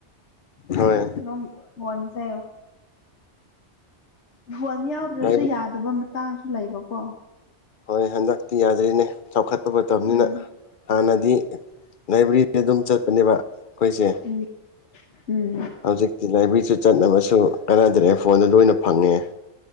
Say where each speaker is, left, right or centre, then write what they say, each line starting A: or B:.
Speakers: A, on the left; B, on the left.
A: ꯍꯣꯏ
B: <unintelligible> ꯐꯣꯟꯁꯦ ꯐꯣꯟ ꯌꯥꯎꯗ꯭ꯔꯁꯨ
A: ꯂꯥꯏꯔꯤꯛ
B: ꯌꯥ <unintelligible> ꯃꯇꯥꯡꯁꯨ ꯂꯩꯕꯀꯣ
A: ꯍꯣꯏ ꯍꯟꯗꯛꯇꯤ ꯌꯥꯗ꯭ꯔꯤꯅꯦ ꯆꯥꯎꯈꯠꯄ ꯃꯇꯝꯅꯤꯅ
B: ꯎꯝ
A: ꯍꯥꯟꯅꯗꯤ ꯂꯥꯏꯕ꯭ꯔꯤ <unintelligible> ꯗꯨꯝ ꯆꯠꯄꯅꯦꯕ ꯑꯩꯈꯣꯏꯁꯦ
B: ꯎꯝ ꯎꯝ
A: ꯍꯧꯖꯤꯛ <unintelligible> ꯂꯥꯏꯕ꯭ꯔꯤꯁꯨ ꯆꯠꯅꯕꯁꯨ ꯀꯥꯟꯅꯗ꯭ꯔꯦ ꯐꯣꯟꯗ ꯂꯣꯏꯅ ꯐꯪꯉꯦ